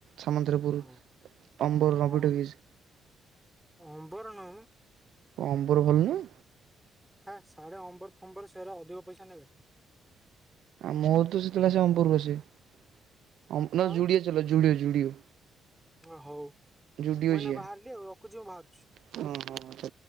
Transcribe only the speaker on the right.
ସାମନ୍ତରାପୁର
ଅମ୍ବର ରବିଟଗିଜ।
କମ୍ବର ଭଲ ନୁ
ମୋର ତ ଯେତେବେଳୁ ଆସେ ଅମ୍ବର ରୁ ଆସେ ଅ ନ
ଯୁଡିଓ ଚାଲ ଜୁଡିଓ।
ଜୁଡିଓ
ଯିବା।
ହଁ ହଁ